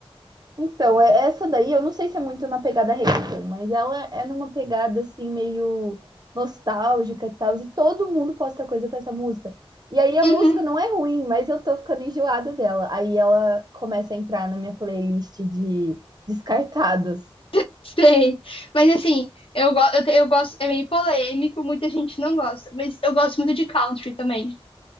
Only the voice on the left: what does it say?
Uhum,
<laughs> sei. Mas assim, eu, go- eu, te- eu gosto. É meio polêmico, muita gente não gosta. Mas eu gosto muito de country também.